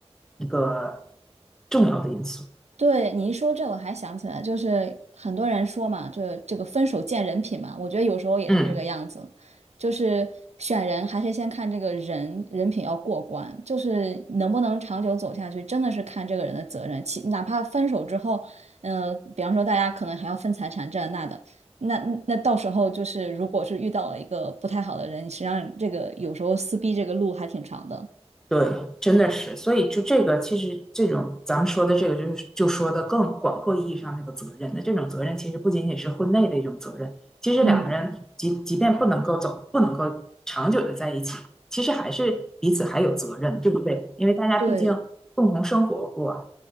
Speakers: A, in the centre; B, on the right.
A: 一个重要的因素。
B: 对，你一说这，我还想起来，就是很多人说嘛，这这个分手见人品嘛，我觉得有时候也是这个样子，
A: 嗯
B: 就是选人还是先看这个人人品要过关，就是能不能长久走下去，真的是看这个人的责任。其哪怕分手之后，呃，比方说大家可能还要分财产这那的，那那到时候就是如果是遇到了一个不太好的人，实际上这个有时候撕逼这个路还挺长的。
A: 对，真的是，所以就这个，其实这种咱们说的这个，就是就说的更广阔意义上那个责任的这种责任，其实不仅仅是婚内的一种责任，其实两个人即即便不能够走，
B: 嗯，
A: 不能够长久的在一起，其实还是彼此还有责任，对不对？因为大家毕竟共同生活过，
B: 对，